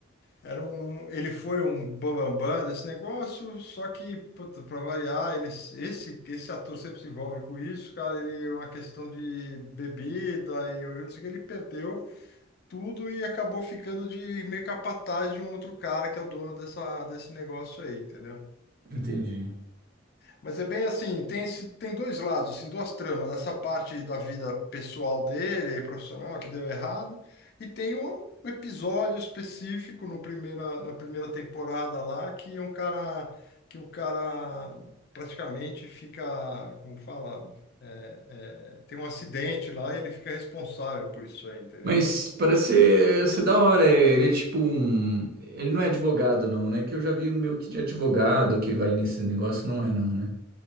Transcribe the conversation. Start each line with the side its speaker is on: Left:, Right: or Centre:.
Left: era um, ele foi um bambambam desse negócio, só que, para variar, ele, esse, esse ator sempre se envolve com isso, cara. Ele, é uma questão de bebida, e eu não sei o que, ele perdeu tudo e acabou ficando de meio capataz de um outro cara que é o dono dessa, desse negócio aí, entendeu?
Right: entendi.
Left: Mas é bem assim, tem, esse- tem dois lados, assim, duas tramas, essa parte da vida pessoal dele, profissional, que deu errado, e tem um episódio específico no primeira, na primeira temporada lá, que é um cara, que o cara praticamente fica, como fala, é, é, tem um acidente lá e ele fica responsável por isso aí, entendeu?
Right: Mas parece ser, ser da hora. é, Ele é tipo um. Ele não é advogado, não, né? Que eu já vi um meio que de advogado que vai nesse negócio, não é, não, né?